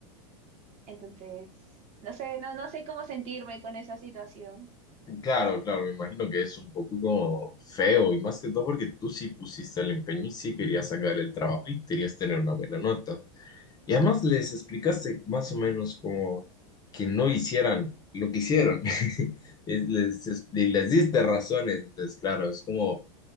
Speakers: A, on the right; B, on the left.
A: Entonces, no sé, no, no sé cómo sentirme con esa situación.
B: Claro, claro, me imagino que es un poco como feo y más que todo porque tú sí pusiste el empeño y sí querías sacar el trabajo y querías tener una buena nota. Y además les explicaste más o menos como que no hicieran lo que hicieron. <laughs> Es- Les, es- y les diste razones. Entonces, claro, es como,